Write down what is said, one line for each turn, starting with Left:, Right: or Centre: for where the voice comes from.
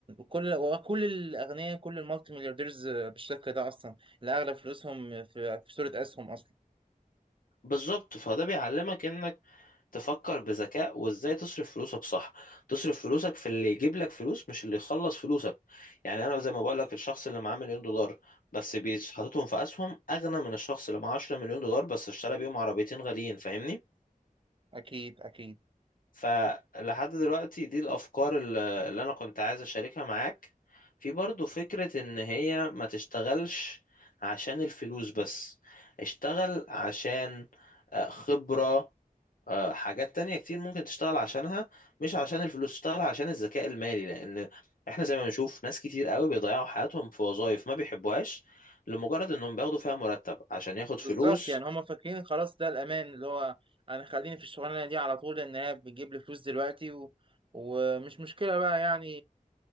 Right: كل وكل الأغنياء كل المالتي مليارديرز آه، بالشكل ده أصلا اللي أغلب فلوسهم في, في صورة أسهم أصلا
Left: بالظبط فده بيعلمك انك تفكر بذكاء وازاي تصرف فلوسك صح تصرف فلوسك في اللي يجيب لك فلوس مش اللي يخلص فلوسك يعني انا زي ما بقول لك الشخص اللي معاه مليون دولار بس بيس- حاططهم في اسهم اغنى من الشخص اللي معاه 10 مليون دولار بس اشترى بيهم عربيتين غاليين فاهمني
Right: أكيد أكيد
Left: فلحد دلوقتي دي الافكار اللي اللي انا كنت عايز اشاركها معاك في برضو فكرة ان هي ما تشتغلش عشان الفلوس بس اشتغل عشان آه، خبرة آه، حاجات تانية كتير ممكن تشتغل عشانها مش عشان الفلوس تشتغل عشان الذكاء المالي لأن احنا زي ما بنشوف ناس كتير قوي بيضيعوا حياتهم في وظائف ما بيحبوهاش لمجرد انهم بياخدوا فيها مرتب عشان ياخد
Right: بالظبط
Left: فلوس
Right: يعني هما فاكرين خلاص ده الأمان اللي هو أنا خليني في الشغلانة دي على طول لأن هي بتجيب لي فلوس دلوقتي و... ومش مشكلة بقى يعني